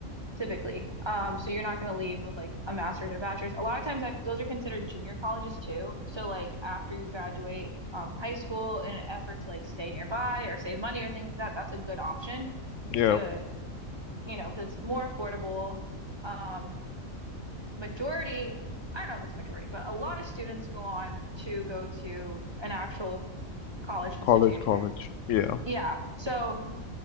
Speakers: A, on the right; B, on the left.
A: Typically. Um, so you're not going to leave with like a master's or a bachelor's. A lot of times, like those are considered junior colleges too. So like after you graduate um, high school, in an effort to like stay nearby or save money or things like that, that's a good option
B: Yeah.
A: to, you know, because more affordable. Um, majority, I don't know if it's majority, but a lot of students go on to go to an actual college institution.
B: College, college. Yeah.
A: Yeah. So